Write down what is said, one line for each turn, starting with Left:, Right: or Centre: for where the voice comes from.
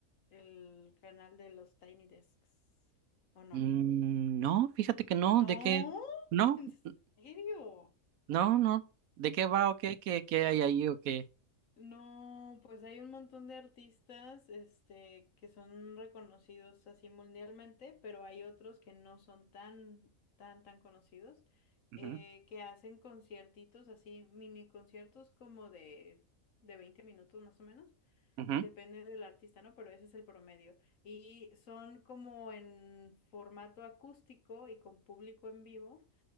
Left: el canal de los Tiny Desks. ¿O no?
Right: Mm, No, fíjate que no,
Left: No,
Right: de qué, no,
Left: ¿en
Right: n-
Left: serio?
Right: no,
Left: Wow.
Right: no, de qué va o qué, qué, qué hay ahí o qué.
Left: No, pues hay un montón de artistas, este, que son reconocidos así mundialmente, pero hay otros que no son tan, tan, tan conocidos,
Right: Ujú,
Left: eh, que hacen conciertitos así, mini conciertos como de, de 20 minutos más o menos.
Right: ujú.
Left: Depende del artista, ¿no? Pero ese es el promedio. Y son como en formato acústico y con público en vivo.